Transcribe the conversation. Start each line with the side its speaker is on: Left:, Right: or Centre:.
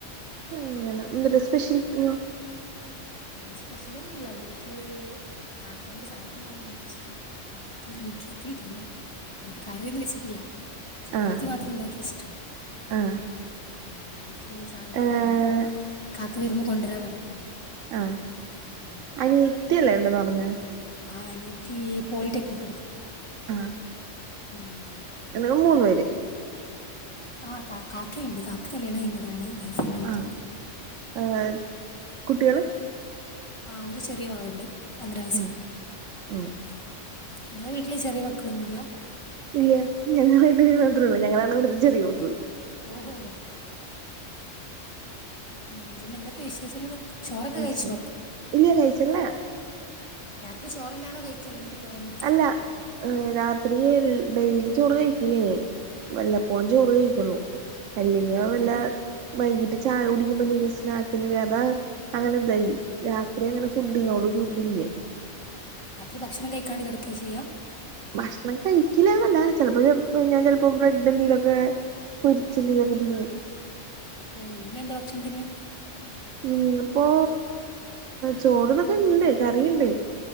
Right: ആഹ് അങ്ങനെ എന്തുട്ടാ സ്പെഷ്യൽ ഇന്ന്
Left: ഇന്ന് സ്പെഷ്യലൊന്നുല്ല വീട്ടില് കാക്കനോട് സാധനം വാങ്ങാൻ പറഞ്ഞെയ്ച്ചിട്ട് കാക്ക ഇപ്പഴും വീട്ടിലെത്തിട്ടില്ല എന്നിട്ട് കറിയൊന്നും വെച്ചിട്ടില്ല ചപ്പാത്തി
Right: ആഹ്
Left: മാത്രം ഉണ്ടാക്കി വെച്ചിട്ടുണ്ട്
Right: ആഹ്
Left: ആഹ് വീട്ടില് സാധനൊക്കെ
Right: ആഹ്
Left: കഴിഞ്ഞപ്പോ കാക്ക വരുമ്പോ കൊണ്ടരാ പറഞ്ഞായിരുന്നു
Right: ആഹ്
Left: ആ
Right: അനിയത്തി അല്ലേ ഉണ്ടെന്ന് പറഞ്ഞേ
Left: ആഹ് അനിയത്തി പോളിടെക്നിക് പഠിക്ക
Right: ആഹ്
Left: ഉം
Right: ഞങ്ങള് മൂന്നു പേര്
Left: ആഹ് താ കാക്കയ്ണ്ട് കാക്ക കല്യാണം കഴിഞ്ഞതാണ് വൈഫ്ണ്ട് വീട്ടില്
Right: ആഹ് ഏഹ് കുട്ടികള്
Left: ആഹ് ഒരു ചെറിയ വാവണ്ട്. ഒന്നര വയ സ്സ്ള്ള
Right: ഉം ഉം
Left: ആ ഇങ്ങളെ വീട്ടില് ചെറിയ മക്കളൊന്നും ഇല്ലാ
Right: ഇല്ല ഞങ്ങളായിട്ട് മാത്രേ ഉള്ളൂ. ഞങ്ങളാണ് ഇവിടുത്തെ ചെറിയ മക്കള്
Left: ഓഹോ ഉം പിന്നെ എന്തൊക്കെ വിശേഷങ്ങള് ചോറൊക്കെ
Right: വിശേഷം
Left: കഴിച്ചോ?
Right: ഇല്ല കഴിച്ചില്ല
Left: രാത്രി ചോറന്നാണോ കഴിക്ക അല്ലെങ്കിൽ വേറെന്തെ
Right: അല്ല രാത്രി ഡെയ്ലി ചോറ് കഴിക്കില്ല ഞാൻ വല്ലപ്പോഴും ചോറ് കഴിക്കുള്ളൂ അല്ലെങ്കി ഞാ
Left: അതെന്തേ
Right: വല്ല വൈകിട്ട് ചായ കുടിക്കുമ്പോ ന്തേലും സ്നാക്ക്ന്നിലെ അതാ അങ്ങനെ തെയി രാത്രി അങ്ങനെ ഫുഡിനോട്
Left: ഓ
Right: ഒരു തില്ലാ
Left: രാത്രി ഭക്ഷണം കഴിക്കാണ്ട് കിടക്കേ ചെയ്യാ
Right: ഭക്ഷണം കഴിക്കില്ലാന്നല്ല. ചെലപ്പോ ഞാൻ ഞാൻ ചെലപ്പോ ബ്രെഡെന്തേലുംക്കെ പൊര്ച്ച് എന്തെലൊക്കെ തിന്നും
Left: അപ്പോ ഇന്നെന്താ ഭക്ഷണത്തിന്
Right: ഇന്ന്പ്പോ ചോറന്നൊക്കെ ഇണ്ട് കറിണ്ട്